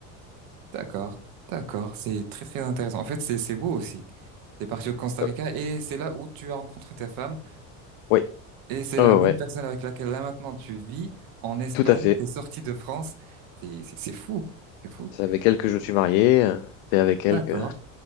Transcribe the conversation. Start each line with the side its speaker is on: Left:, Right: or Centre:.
Right: D'accord, d'accord, c'est très très intéressant. En fait, c'est c'est beau aussi. T'es parti au Costa
Left: Euh,
Right: Rica et c'est là où tu as rencontré ta femme
Left: Oui,
Right: et c'est
Left: ouais,
Right: la
Left: ouais,
Right: même
Left: ouais,
Right: personne avec laquelle là maintenant tu vis en Espagne.
Left: tout à fait.
Right: T'es sorti de France, c'est c'est c'est fou, c'est fou.
Left: C'est avec elle que je suis marié. euh, C'est avec elle
Right: D'accord,
Left: que...